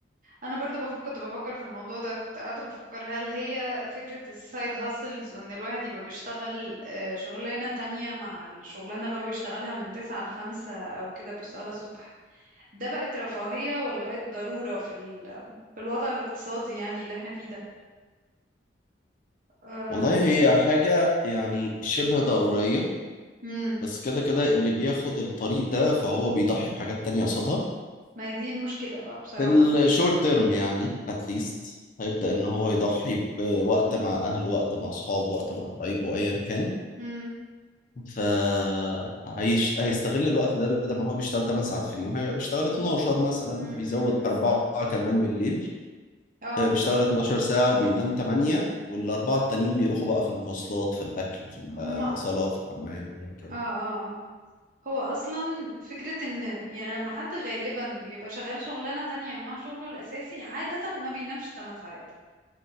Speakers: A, on the right; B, on the left.
A: انا برضو بفكر كنت بفكر في الموضوع ده كنت قاعدة بفكر هل هي فكرة السايد هاسلز وان الواحد يبقى بيشتغل آه، شغلانة تانية مع الشغلانة اللي هو بيشتغلها من تسعة لخمسة او كده بيشتغلها الصبح ده بقت رفاهية ولا بقت ضرورة في ال... في الوضع الاقتصادي يعني اللي احنا فيه ده أم،
B: والله هي حاجة يعني شبه ضرورية
A: مم.
B: بس كده كده اللي بياخد الطريق ده فهو بيضحي بحاجات تانية قصادها
A: ما هي دي المشكلة بقى بصراحة
B: في الشورت تيرم يعني اتليست هيبدأ ان هو يضحي بوقت مع اهله وقت مع اصحابه وقت مع قرايبه ايا كان
A: مم.
B: فهيشت... هيستغل الوقت ده بدل ما هو بيشتغل 8 ساعات في اليوم هيبقى بيشتغل 12 مثلا
A: مم.
B: بيزود
A: مم. مم.
B: أربعة كمان بالليل
A: اه
B: آه، بيشتغل 12 ساعة وبينام 8 والأربعة التانيين بيروحوا بقى في المواصلات في الأكل في
A: هما
B: الصلاة في الحمام أيا كان
A: اه اه اه. هو اصلا فكرة ان يعني لما حد غالبا بيبقى شغال شغلانة تانية مع شغله الاساسي عادة ما بينامش 8 ساعات